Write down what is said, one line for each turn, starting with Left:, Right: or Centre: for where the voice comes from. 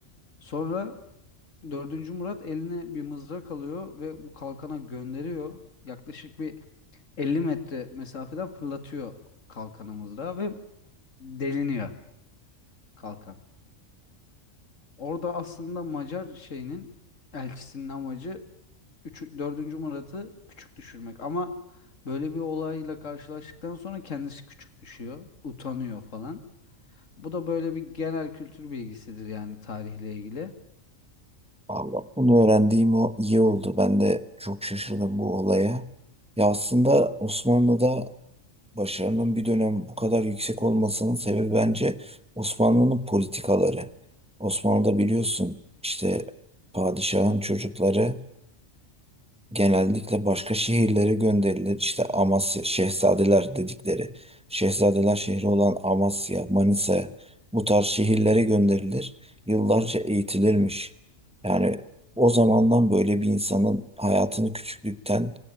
Left: Sonra Dördüncü Murat eline bir mızrak alıyor ve bu kalkana gönderiyor. Yaklaşık bir 50 metre mesafeden fırlatıyor kalkanı mızrağı ve deliniyor kalkan. Orada aslında Macar şeyinin elçisinin amacı 3, 4. Murat'ı küçük düşürmek. Ama böyle bir olayla karşılaştıktan sonra kendisi küçük düşüyor, utanıyor falan. Bu da böyle bir genel kültür bilgisidir yani tarihle ilgili.
Centre: Allah bunu öğrendiğim o iyi oldu. Ben de çok şaşırdım bu olaya. Ya aslında Osmanlı'da başarının bir dönem bu kadar yüksek olmasının sebebi bence Osmanlı'nın politikaları. Osmanlı'da biliyorsun işte padişahın çocukları genellikle başka şehirlere gönderilir. İşte Amasya, Şehzadeler dedikleri, Şehzadeler şehri olan Amasya, Manisa bu tarz şehirlere gönderilir. Yıllarca eğitilirmiş. Yani o zamandan böyle bir insanın hayatını küçüklükten